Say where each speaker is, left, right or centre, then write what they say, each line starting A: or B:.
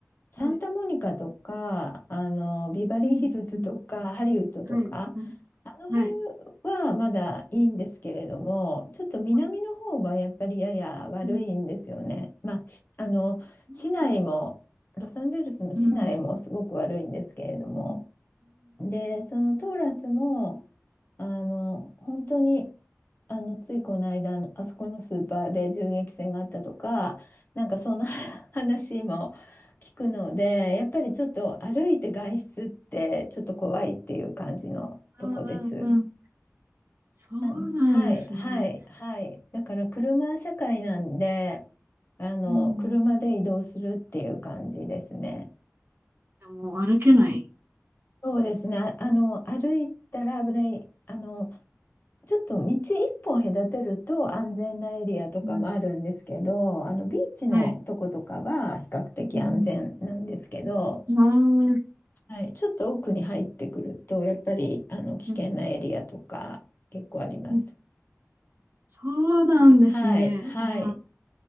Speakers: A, on the left; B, on the right.
A: サンタモニカとか、
B: はい。
A: あの、ビバリーヒルズとか、
B: うん、う
A: ハリウッドとか、
B: ん、うんはい。うん、
A: あの辺はまだいいんですけれども、
B: はい。
A: ちょっと南の方はやっぱりやや悪いんですよね。
B: あうん、
A: まあ、しあの、
B: うん、
A: 市内も、ロサンゼルスの市内もすごく悪いんですけれども、
B: うん、うん、うん、うん、
A: で、そのトーラスも、あの、本当に、あの、ついこの間、あのあそこのスーパーで銃撃戦があったとか、なんかそんな <laughs> 話も聞くので、やっぱりちょっと歩いて外出ってちょっと怖いっていう感じのとこです。
B: うん、うん。そうなんですね。
A: うん、はい、はい、はい。だから車社会なんで、あの、
B: うん、
A: 車で移動するっていう感じですね。
B: でもう歩けない。
A: そうですね。ああの、歩いたら危ない。あの、ちょっと道一本隔てると安全なエリアとかもあるんですけど、
B: うん、
A: あの、ビーチのとことかは比較的安全なんですけど、
B: はい。うん、ああ、うん、
A: はい、ちょっと奥に入ってくると、やっぱり、あの、危険なエリアとか結構あります。
B: うん。そうなんですね。
A: はい、はい。
B: いやー、